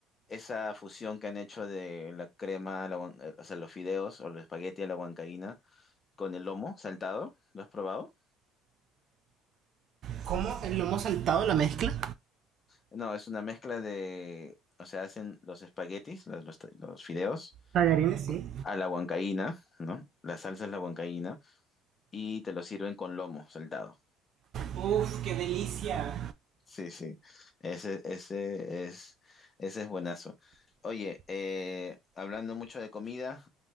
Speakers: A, on the left; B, on the right.
A: esa fusión que han hecho de la crema, a la huan- eh, o sea, los fideos o los espagueti a la huancaína con el lomo saltado. ¿Lo has probado?
B: ¿Cómo el lomo saltado, la mezcla?
A: No, es una mezcla de, o sea, hacen los espaguetis, los, los- los fideos
B: Tallarines, sí.
A: a la huancaína, ¿no? La salsa es la huancaína y te lo sirven con lomo saltado.
B: Uf, qué delicia.
A: Sí, sí, ese, ese es, ese es buenazo. Oye, eh, hablando mucho de comida,